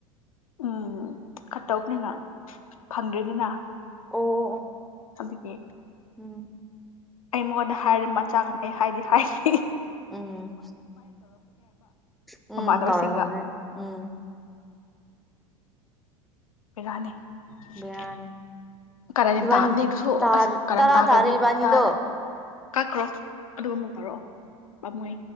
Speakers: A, on the left; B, in the centre.
A: ꯎꯝ ꯈꯠꯇꯧꯅꯤꯅ ꯐꯪꯗ꯭ꯔꯦꯗꯅ꯫
B: ꯑꯣ꯫
A: ꯑꯗꯒꯤ
B: ꯎꯝ
A: ꯑꯩ ꯃꯉꯣꯟꯗ ꯍꯥꯏꯔꯦ ꯃꯆꯥ <unintelligible> ꯑꯩ ꯍꯥꯏꯗꯤ ꯍꯥꯏꯅꯤ
B: ꯎꯝ ꯎꯝ ꯎꯝ
A: ꯃꯃꯥꯟꯅꯕꯁꯤꯡꯒ
B: ꯎꯝ ꯇꯧꯔꯕꯅꯦ ꯎꯝ
A: <unintelligible>
B: ꯕꯦꯔꯥꯅꯦ
A: ꯀꯔꯟ ꯌꯥꯝ
B: ꯏꯕꯥꯅꯤ
A: ꯇꯥꯕꯅꯦ ꯑꯗꯨꯁꯨ
B: ꯇꯔꯥ
A: ꯑꯁ ꯀꯔꯟ ꯇꯥꯈ꯭ꯔꯗꯤ
B: ꯇꯥꯔꯦ ꯏꯕꯥꯅꯤꯗꯣ
A: ꯈꯨꯇꯥꯗ ꯀꯛꯈ꯭ꯔꯣ꯫ ꯑꯗꯨꯒ ꯑꯃꯨꯛ ꯇꯥꯔꯛꯑꯣ ꯄꯥꯝꯃꯨꯢ꯫